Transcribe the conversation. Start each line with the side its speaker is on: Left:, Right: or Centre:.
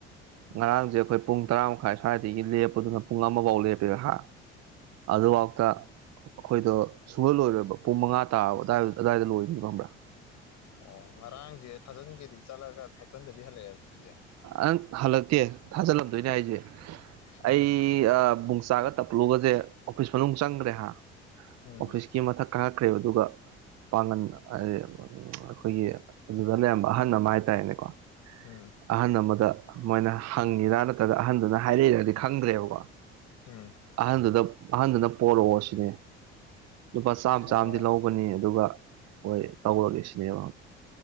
Left: ꯎꯝ
Right: ꯉꯔꯥꯡꯁꯦ ꯑꯩꯈꯣꯏ ꯄꯨꯡ ꯇꯔꯥ ꯃꯈꯥꯏ ꯁ꯭ꯋꯥꯏꯗꯒꯤ ꯂꯦꯞꯄꯗꯨꯅ ꯄꯨꯡ ꯑꯃꯐꯥꯎ ꯂꯦꯞꯄꯤꯔ ꯍꯥ ꯑꯗꯨꯐꯥꯎꯇ
Left: ꯎꯝ
Right: ꯑꯩꯈꯣꯏꯗꯣ ꯁꯨꯡꯍꯜꯂꯣꯏꯔꯣꯏꯕ ꯄꯨꯡ ꯃꯉꯥ ꯇꯥꯔ ꯑꯗꯨꯗꯥꯏꯗ ꯑꯗꯨꯏ ꯂꯣꯏꯕ꯭ꯔ
Left: ꯑꯣ ꯉꯔꯥꯡꯁꯦ ꯊꯥꯖꯤꯟꯒꯦꯗꯤ ꯆꯠꯂꯒ ꯊꯥꯖꯤꯟꯗꯕꯤ ꯍꯜꯂꯛꯑꯦ
Right: ꯅꯪ ꯍꯜꯂꯛꯇꯦ ꯊꯥꯖꯤꯜꯂꯝꯗꯣꯏꯅꯦ ꯍꯥꯏꯁꯦ
Left: ꯎꯝ
Right: ꯑꯩ ꯕꯨꯡꯆꯥꯒ ꯇꯞꯂꯨꯒꯁꯦ ꯑꯣꯐꯤꯁ ꯃꯅꯨꯡ ꯆꯪꯗ꯭ꯔꯦ ꯍꯥ
Left: ꯎꯝ
Right: ꯑꯣꯐꯤꯁꯀꯤ ꯃꯊꯛ ꯀꯥꯉꯛꯈ꯭ꯔꯦꯕ ꯑꯗꯨꯒ ꯄꯥꯡꯒꯟ ꯍꯥꯏꯗꯤ ꯑꯩꯈꯣꯏꯒꯤ ꯑꯗꯨꯗ ꯂꯩꯔꯝꯕ ꯑꯍꯟ ꯑꯃ ꯍꯥꯏ ꯇꯅꯦꯀꯣ
Left: ꯎꯝ
Right: ꯑꯍꯟ ꯑꯃꯗ ꯃꯣꯏꯅ ꯍꯪꯉꯤꯔꯥ ꯅꯠꯇ꯭ꯔꯒ ꯑꯍꯟꯗꯨꯅ ꯍꯥꯏꯔꯛꯏꯔꯗꯤ ꯈꯪꯗ꯭ꯔꯦꯕꯀꯣ
Left: ꯎꯝ
Right: ꯑꯍꯟꯗꯨꯗ ꯑꯍꯟꯗꯨꯅ ꯄꯣꯔꯛꯑꯣ ꯁꯤꯅꯦ ꯂꯨꯄꯥ ꯆꯥꯝꯃ
Left: ꯑꯣ
Right: ꯆꯥꯝꯗꯤ ꯂꯧꯕꯅꯤ ꯑꯗꯨꯒ ꯍꯣꯏ ꯇꯧꯔꯒꯦꯁꯤ ꯅꯦ